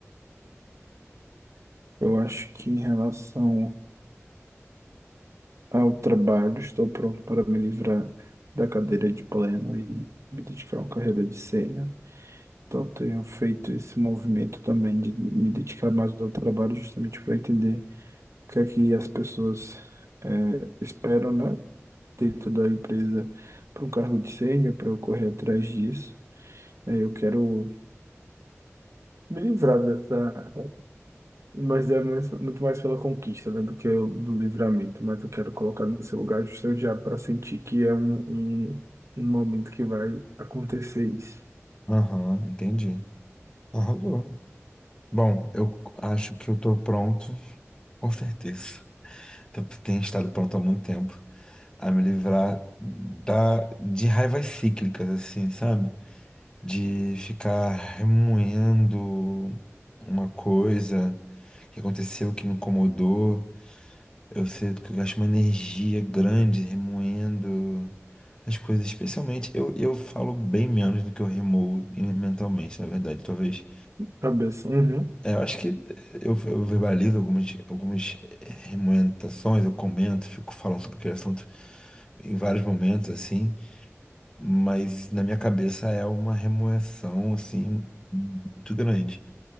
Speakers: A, on the right; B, on the left.
A: Eu acho que em relação ao trabalho, estou pronto para me livrar da cadeira de pleno e me dedicar a uma carreira de sênior. Então, tenho feito esse movimento também de me dedicar mais ao trabalho justamente para entender o que é que as pessoas eh, esperam, né, dentro da empresa para um cargo de sênior, para eu correr atrás disso. Eh, eu quero me livrar dessa, mas é muito, muito mais pela conquista, né, do que o- do livramento, mas eu quero colocar no seu lugar justamente já para sentir que é um, um, um momento que vai acontecer isso.
B: Aham, entendi. Arrasou. Bom, eu acho que eu tô pronto, com certeza. Eu tenho estado pronto há muito tempo a me livrar da, de raivas cíclicas, assim, sabe? De ficar remoendo uma coisa que aconteceu, que me incomodou. Eu sinto que eu gasto uma energia grande remoendo as coisas, especialmente eu, eu falo bem menos do que eu remoo em- mentalmente, na verdade. Talvez.
A: Cabeça, uhum.
B: é, eu acho que eu, eu verbalizo algumas, algumas remoentações, eu comento, fico falando sobre aquele assunto em vários momentos, assim, mas na minha cabeça é uma remoção, assim, muito grande.